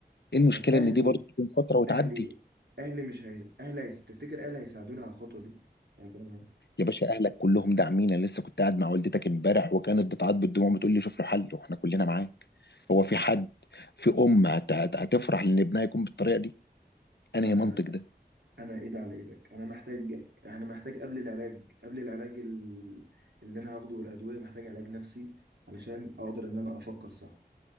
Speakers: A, on the left (about 80°); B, on the right (about 80°).
A: ايه المشكله
B: طب اهلي
A: ان دي برضه تكون فتره وتعدي
B: اهلي اهلي مش هي... اهلي هيس... تفتكر اهلي هيساعدوني على الخطوه دي هيكونوا معايا؟
A: يا باشا اهلك كلهم داعمين انا لسه كنت قاعد مع والدتك امبارح وكانت بتعيط بالدموع بتقول لي شوف له حل واحنا كلنا معاك هو في حد في ام هت- هت- هتفرح لان ابنها يكون بالطريقه دي انهي
B: انا
A: منطق ده
B: انا ايد على ايدك انا محتاج انا محتاج قبل العلاج قبل العلاج ال... اللي انا هاخده والادويه محتاج علاج نفسي علشان اقدر ان انا افكر صح